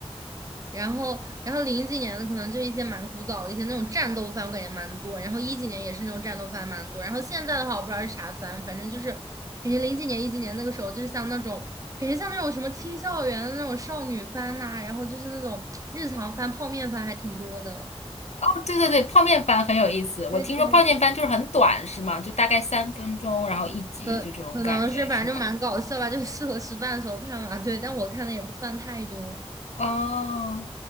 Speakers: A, on the right; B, on the left.
A: 然后，然后零几年的可能就一些蛮古早的一些那种战斗番，我感觉蛮多。然后一几年也是那种战斗番蛮多。然后现在的话，我不知道是啥番，反正就是感觉零几年、一几年那个时候，就是像那种感觉像那种什么青校园的那种少女番呐、然后就是那种日常番、泡面番还挺多的。
B: 哦，对对对，泡面番很有意思。
A: 对对，
B: 我听说泡面番就是很短，是吗？就大概三分钟，然后一集，
A: 可可能是反正就蛮搞笑吧，
B: 就这种感觉，是吗？
A: 就是适合吃饭的时候看嘛。对，但我看的也不算太多
B: 哦